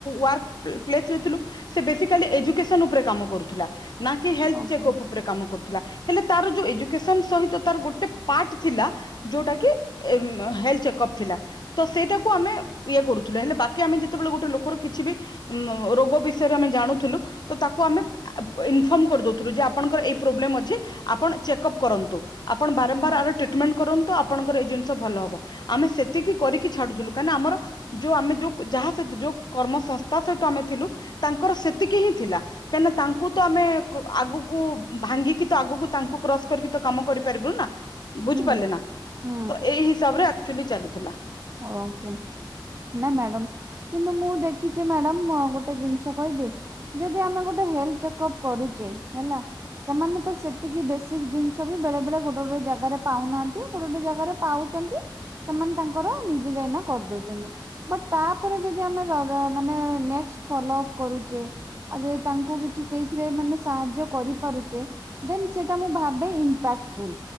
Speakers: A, on the left; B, on the right.
A: ୱର୍କ ପ୍ଲେସ ରେ ଥିଲୁ ସେ ବେସିକାଲି ଏଜୁକସନ ଉପରେ କାମ କରୁଥିଲା। ନା କି ହେଲଥ
B: ଓକେ
A: ଚେକଅପ୍ ଉପରେ କାମ କରୁଥିଲା। ହେଲେ ତାର ଯୋଉ ଏଜୁକସନ ସହିତ ତାର ଗୋଟେ ପାର୍ଟ ଥିଲା ଯୋଉଟା କି ହେଲଥ୍ ଚେକଅପ୍ ଥିଲା। ତ ସେଇଟାକୁ ଆମେ ଇଏ କରୁଥିଲେ। ହେଲେ ବାକି ଆମେ ଯେତେବେଳେ ଗୋଟେ ଲୋକର କିଛି ବି ଉ ରୋଗ ବିଷୟରେ ଆମେ ଜାଣୁଥିଲୁ। ତ ତାକୁ ଆମେ ଇନ୍‌ଫର୍ମ କରିଦଉଥିଲୁ ଯେ ଆପଣଙ୍କର ଏଇ ପ୍ରୋବ୍ଲେମ୍ ଅଛି। ଆପଣ ଚେକ୍ଅପ୍ କରନ୍ତୁ। ଆପଣ ବା ବାରମ୍ବାର
B: ହୁଁ
A: ଆର ଟ୍ରିଟମେଣ୍ଟ କରନ୍ତୁ ଆଣଙ୍କର ଏଇ ଜିନିଷ ଭଲ ହବ ଆମେ ସେତିକି କରିକି ଛାଡୁଥିଲୁ କାହିଁନା ଆମର ଯୋଉ ଆମେ ଯୋଉ ଯାହା ସହିତ ଯୋଉ କର୍ମ ସଂସ୍ଥା ସହିତ ଆମେ ଥିଲୁ ତାଙ୍କର ସେତିକି ହିଁ ଥିଲା କାହିଁକିନା ତାଙ୍କୁ ତ ଆମେ ଆଗକୁ ଭାଙ୍ଗିକି ତ ଆଗକୁ ତାଙ୍କୁ କ୍ରସ କରିକି ତ କାମ କରିପାରିବୁନୁ ନା ବୁଝିପାରିଲେ
B: ହୁଁ
A: ନା
B: ହୁଁ
A: ତ ଏଇ ହିସାବ ରେ ଆକଚୁଲି ଚାଲୁଥିଲା
B: ଓକ ନା ମ୍ୟାଡ଼ମ କିନ୍ତୁ ମୁଁ ଦେଖିଛି ମ୍ୟାଡାମ ଗୋଟେ ଜିନିଷ କହିବି ଯଦି ଆମେ ଗୋଟେ ହେଲଥ ଚେକଅପ୍ କରୁଛେ ହେଲା ସେମାନେ ତ ସେତିକି ବେସିକ ଜିନିଷ ବି ବେଳେ ବେଳେ ଗୋଟେ ଗୋଟେ ଜାଗାରେ ପାଉନାହାନ୍ତି ଗୋଟେ ଗୋଟେ ଜାଗାରେ ପାଉଛନ୍ତି ସେମାନେ ତାଙ୍କର ନିଜେ ଯାଇନା କରିଦଉଛନ୍ତି ବଟ ତାପରେ ଯଦି ଆମେ ମାନେ ନେକ୍ସଟ୍ ଫଲୋ ଅପ କରୁଛେ ଆଉ ଯଦି ତାଙ୍କୁ କିଛି ସେଇଥିରେ ମାନେ ସାହାଯ୍ୟ କରିପାରୁଛେ ଦେନ ସେଟା ମୁଁ ଭାବେ ଇମ୍ପାକ୍ଟଫୁଲ